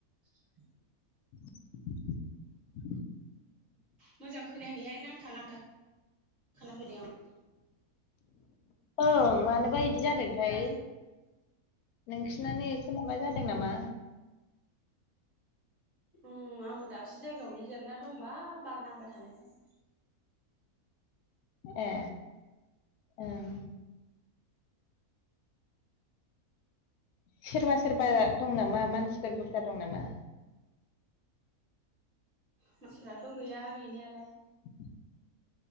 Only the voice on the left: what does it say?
<inaudible>
ओं मानोबा इदि जादोंथाय
नोंसोनानो एसे माबा जादों नामा
ए ओम सोरबा सोरबा दं नामा मानसिफोर बुरजा दं नामा
<inaudible>